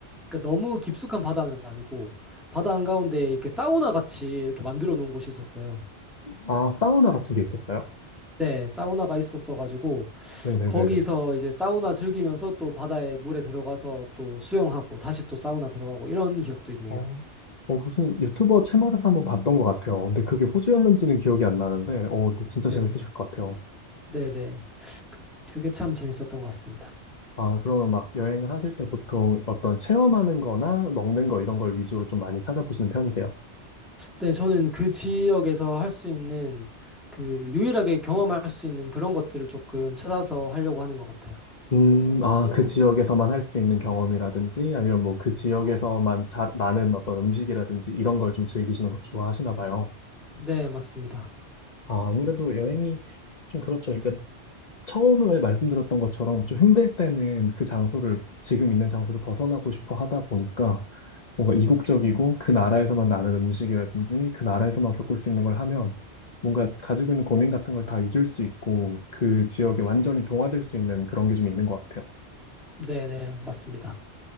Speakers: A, in the centre; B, on the left (about 40°).
A: 그러니까 너무 깊숙한 바다는 아니고 바다 한가운데 이렇게 사우나 같이 이렇게 만들어 놓은 곳이 있었어요.
B: 아, 사우나 같은 게 있었어요?
A: 네, 사우나가 있었어 가지고
B: 네네네네.
A: 거기서 이제 사우나 즐기면서 또 바다에 물에 들어가서 또 수영하고 다시 또 사우나 들어가고 이런 기억도 있네요.
B: 어, 어, 무슨 유튜버 채널에서 한번 봤던 것 같아요. 근데 그게 호주였는지는 기억이 안 나는데, 어, 근데 진짜
A: 네,
B: 재밌으셨을
A: 네.
B: 것 같아요.
A: 네, 네. 그- 그게 참 재밌었던 것 같습니다.
B: 아, 그러면 막 여행을 하실 때 보통 어떤 체험하는 거나 먹는 거 이런 걸 위주로 좀 많이 찾아보시는 편이세요?
A: 네, 저는 그 지역에서 할 수 있는 그 유일하게 경험할 수 있는 그런 것들을 조금 찾아서 하려고 하는 것 같아요.
B: 음, 아, 그 지역에서만 할 수 있는 경험이라든지 아니면 뭐 그 지역에서만 잘 나는 어떤 음식이라든지 이런 걸 좀 즐기시는 걸 좋아하시나 봐요.
A: 네, 맞습니다.
B: 아, 아무래도 여행이 좀 그렇죠. 그러니까 처음에 말씀드렸던 것처럼 좀 힘들 때는 그 장소를, 지금 있는 장소를 벗어나고 싶어 하다 보니까 뭔가 이국적이고 그 나라에서만 나는 음식이라든지 그 나라에서만 겪을 수 있는 걸 하면 뭔가 가지고 있는 고민 같은 걸 다 잊을 수 있고 그 지역에 완전히 동화될 수 있는 그런 게 좀 있는 것 같아요.
A: 네, 네, 맞습니다.